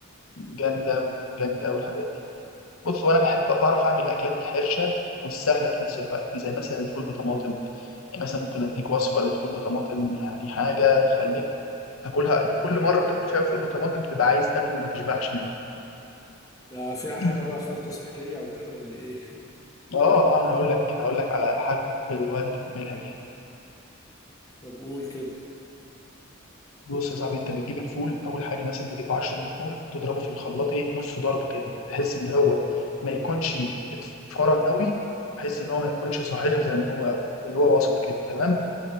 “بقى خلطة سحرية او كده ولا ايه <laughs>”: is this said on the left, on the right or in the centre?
Left